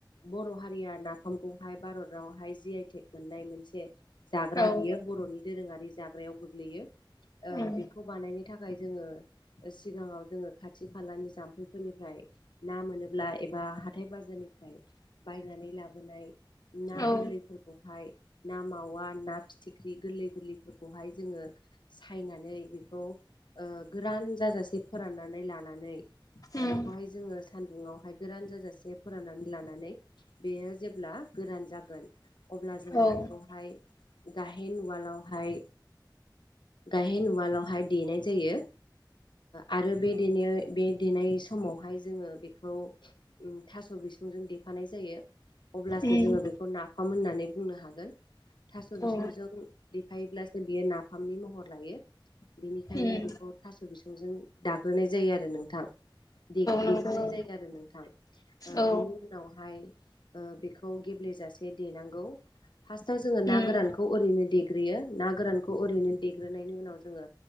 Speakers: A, on the left; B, on the left.
A: बर' हारिया नाफामखौहाय भारतावहाय जि आइटेक मोननाय मोनसे जाग्रा
B: औ
A: बियो बर'नि दोरोङारि जाग्रायाव गोग्लैयो ओ
B: उम
A: बेखौ बानायनो नि थाखाय जोङो सिगाङाव जोङो खाथि खालानि जाम्फैफोरनिफ्राय ना मोनोब्ला एबा हाथाय बाजारनिफ्राय बायनानै लाबोनाय ना
B: औ
A: गोरलैफोरखौहाय ना मावा ना फिथिख्रि गोरलै गोरलैफोरखौहाय जोङो सायनानै बेखौ ओ गोरान जाजासे फोराननानै बेखौहाय
B: उम
A: जोङो सानदुङावहाय गोरान जाजासे फोराननानै लानानै बेयो जेब्ला गोरान जागोन अब्ला जोङो
B: औ उम
A: बेखौहाय गाहेन उवालाव हाय गायहेन उवालावहाय देनाय जायो। आरो बे बे देनाय समावहाय जोङो बेखौ थास' बिसुंजों देफानाय जायो। अब्लासो
B: उम
A: जोङो बेखौ नाफाम होननानै बुंनो हागोन। थास' बिसुंजों
B: औ
A: देफायोब्लासो बियो नाफामनि महर लायो। बेनिखायनो
B: उम औ
A: बेखौ थास' बिसंजों दाग्रोनाय जायो आरो नोंथां। दे-देफानाय
B: नंगौ
A: जायो आरो नोंथां। ओ
B: औ
A: बिनि उनावहाय ओ बेखौ गेब्लेेजासे देनांगौ। फार्स्टआव जोङो ना
B: उम
A: गोरानखौ ओरैनो देग्रो देग्रोयो ना गोरानखौ ओरैनो देग्रोनायनि उनाव जोङो